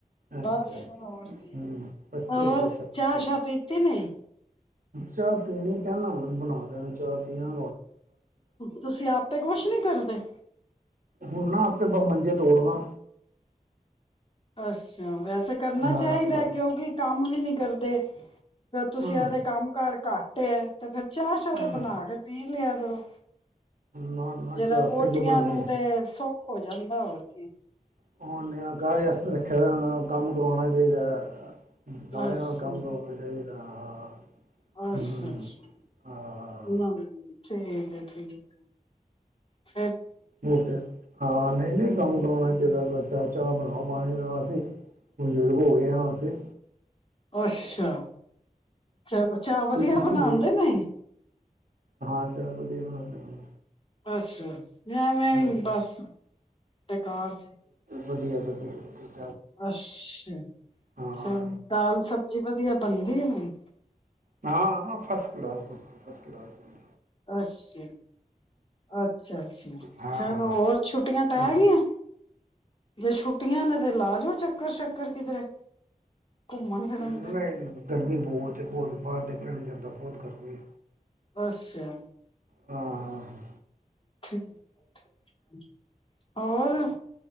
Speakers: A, on the right; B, on the left.
A: ਅੱਛਾ
B: ਬਸ
A: ਅੱਛਾ
B: ਹੋਰ ਕੀ
A: ਹੂੰ ਬੱਚੇ
B: ਹੋਰ
A: ਹੁੰਦੇ ਸ਼ਾਇਦ
B: ਚਾਹ ਸ਼ਾਹ ਪੀਤੀ ਨਹੀਂ।
A: ਚਾਹ ਪੀਣੀ ਕਹਿੰਦਾ ਹੁਣੇ ਬਣਾ ਦੇਣ, ਚਾਹ ਪੀਆਂਗਾ।
B: ਤੁਸੀਂ ਆਪ ਤੇ ਕੁਛ ਨਹੀਂ ਕਰਦੇ?
A: ਹੁਣ ਨਾ ਆਪੇ ਬਸ ਮੰਜੇ ਤੋੜਦਾ।
B: ਅੱਛਾ ਵੈਸੇ ਕਰਨਾ
A: ਹਾਂ
B: ਚਾਹੀਦਾ
A: ਬਸ
B: ਕਿਉਂਕਿ ਕੰਮ ਵੀ ਨਹੀਂ ਕਰਦੇ ਤੁਸੀਂ
A: ਹਾਂ
B: ਆਦੇ ਕੰਮ ਕਾਰ ਘੱਟ ਤੇ ਫਿਰ ਚਾਹ ਸ਼ਾਹ
A: ਹਾਂ
B: ਤੇ ਬਣਾ ਕੇ ਪੀ ਲਿਆ ਕਰੋ।
A: ਨਾ ਨਾ
B: ਜਿਹਦਾ
A: ਚਾਹ
B: ਵਹੁਟੀਆਂ
A: ਆਪੇ ਕਿਉਂ ਬਣਾਉਣੇ
B: ਨੂੰ ਤੇ ਸੁਖ ਹੋ ਜਾਂਦਾ ਹੋਰ ਕੀ।
A: ਹੁਣ ਕਾਹਦੇ ਵਾਸਤੇ ਰੱਖਿਆ ਹੋਣਾ ਕੰਮ ਕਰਵਾਉਣਾ ਚਾਹੀਦਾ। <unintelligible> ਨਾਲ
B: ਅੱਛਾ
A: ਕੰਮ ਕਰਾਉਣਾ ਚਾਹੀਦਾ ਆ ਹਾਂ।
B: ਅੱਛਾ
A: ਹੂੰ
B: ਅੱਛਾ
A: ਹਾਂ
B: ਨਾ। ਠੀਕ ਹੈ ਠੀਕ। ਫ
A: ਹੋਰ ਫਿਰ ਹਾਂ ਨਹੀਂ ਨਹੀਂ
B: ਹਮ
A: ਕੰਮ ਕਰਾਉਣਾ ਚਾਹੀਦਾ ਬ ਚਾਹ ਚਾਹ ਬਣਾਓ ਪਾਣੀ ਬਣਾ ਅਸੀਂ ਬਜ਼ੁਰਗ ਹੋ ਗਏ ਆਂ ਉਥੇ।
B: ਅੱਛਾ। ਚਲੋ ਚਾਹ ਵਧੀਆ
A: ਬਜ਼ੁਰਗ
B: ਬਣਾਉਦੇ
A: ਵੀ
B: ਨੇ?
A: ਹਾਂ ਚਾਹ ਵਧੀਆ ਬਣਾਉਂਦੇ ਨੇ।
B: ਅੱਛਾ। ਮੈਂ ਵੇਂਵੀ
A: ਹਾਂ
B: ਬਸ, ਬੇਕਾਰ ਚ
A: ਵਧੀਆ-ਵਧੀਆ।
B: ਅੱਛਾ
A: ਹਾਂ
B: ਚਲੋ ਦਾਲ ਸਬਜ਼ੀ ਬ ਕਿ ਗੱਲ ਬਣਦੀ ਨਹੀਂ?
A: ਹਾਂ ਫਸਟ ਕਲਾਸ ਬਿਲਕੁਲ, ਫਸਟ ਕਲਾਸ ਬਈ।
B: ਅੱਛਾ, ਅੱਛਾ-ਅੱਛਾ,
A: ਹਾਂ
B: ਚਲੋ
A: ਹਾਂ
B: ਹੋਰ ਛੁੱਟੀਆਂ ਪੈ
A: ਹਾਂ
B: ਗੀਆਂ? ਜੇ ਛੁੱਟੀਆਂ ਨੇ ਤੇ ਲਾਜਓ ਚੱਕਰ ਸ਼ੱਕਰ ਕਿਧਰੇ। ਘੁੰਮਣ ਫਿਰਨ
A: ਨਹੀਂ,
B: ਤੇ
A: ਗਰਮੀ ਬਹੁਤ ਏ, ਬਹੁਤ ਬਾਹਰ ਨਿਕਲਿਆ ਨੀ ਜਾਂਦਾ। ਤਾਂ ਬਹੁਤ ਗਰਮੀ ਏ।
B: ਅੱਛਾ।
A: ਹਾਂ-ਹਾਂ-ਹਾਂ।
B: ਠੀਕ-ਠੀਕ। ਹੋਰ?